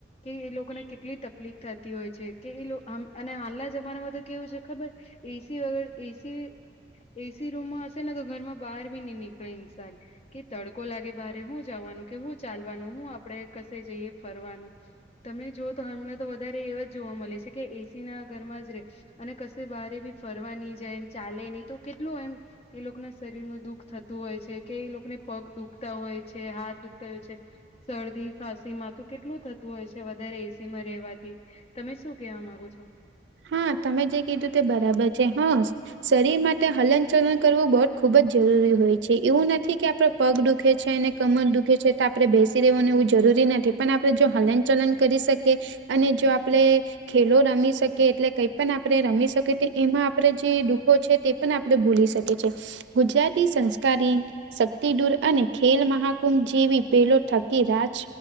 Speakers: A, on the left (about 35°); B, on the right (about 75°).
A: કે એ લોકો લોકોને કેટલી તકલીફ થતી હોય છે કે અને હાલના જમાનામાં તો કેવું છે ખબર એસી વગર એસી એસી રૂમમાં હશે ને તો ઘર માં બહાર ભી નહી નીકળે ઇન્સાન કે તડકો લાગે બારે હું જવાનું કે હું ચાલવાનું હું આપણે કશે જઈએ ફરવાનું તમને જોુઓ તો હમણાં તો વધારે એવા જ જોવા મળે છે કે એસી ના ઘરમાં જ રહે અને કશે બહાર બી ફરવા નહી જાય ચાલે નહી તો કેટલું એમ એ લોકોના શરીરમાં દુઃખ થતું હોય છે કે એ લોકોને પગ દુખતા હોય છે હાથ દુખતા હોય છે શરદી ખાંસી માં તો કેટલું થતું હોય છે વધારે એસી માં રવાથી તમે શું કેવા માંગો છો
B: હા તમે જે કીધું તે બરાબર છે હો શરીર માટે હલન ચલન કરવું બહ ખુબ જ જરૂરી હોય છે એવું નથી કે આપડ પગ દુખે છે ને કમર દુખે છે તો આપણે બેસી રહેેવાનું એવું જરૂરી નથી પણ આપણે જો હલન ચલન કરી શકે અને જો આપડ ખેલો રમી શકે એટલે કઈ પણ આપણે રમી શકી એમાં આપડણે જે ડખો છે તે એપણ આપણે ભૂલી શકીએ છએ ગુજરાતી સંસ્કારી શક્તિ દૂર અને ખેલ મહાકુંભ જેવી પેલો થકી રાજ